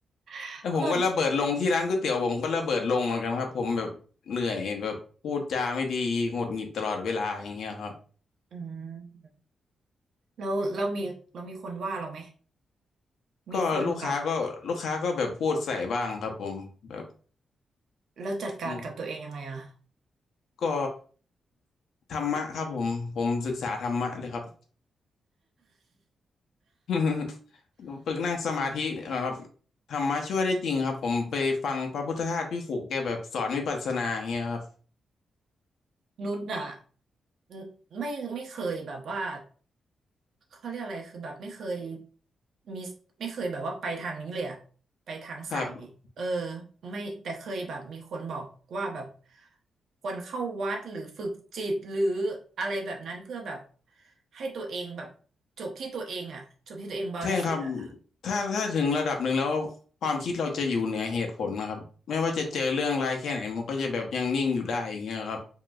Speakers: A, on the right (about 60°); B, on the left (about 70°).
A: <laughs>
B: แล้วผมก็ระเบิดลงที่ร้านก๋วยเตี๋ยวผมก็ระเบิดลงเหมือนกันครับผมแบบเหนื่อยแบบพูดจาไม่ดีหงุดหงิดตลอดเวลาอย่างเงี้ยครับ
A: เพื่อนอืมแล้วเรามีเรามีคนว่าเราไหมมีคนแบบ
B: ก็ลูกค้าก็ลูกค้าก็แบบพูดใส่บ้างครับผมแบบ
A: แล้วจัดการกับตัวเองยังไงอ่ะ
B: อืมก็ธรรมะครับผมผมศึกษาธรรมะเลยครับ <laughs> ฝึกนั่งสมาธิเอ่อครับธรรมะช่วยได้จริงครับผมไปฟังพระพุทธทาสพี่ขู่แกแบบสอนวิปัสสนาอย่างเงี้ยครับ
A: นุชอ่ะนไม่ไม่เคยแบบว่าเขาเรียกอะไรคือแบบไม่เคยมีไม่เคยแบบว่าไปทางนี้เลยอะไปทางสายเออ
B: ครับ
A: ไม่แต่เคยแบบมีคนบอกว่าแบบควรเข้าวัดหรือฝึกจิตหรืออะไรแบบนั้นเพื่อแบบให้ตัวเองแบบจบที่ตัวเองอะจบที่ตัวเองเบาที่สุดอะ
B: ใช่ครับถ้าถ้าถึงระดับหนึ่งแล้วความคิดเราจะอยู่เหนือเหตุผลนะครับไม่ว่าจะเจอเรื่องร้ายแค่ไหนมันก็จะแบบยังนิ่งอยู่ได้อย่างเงี้ยครับ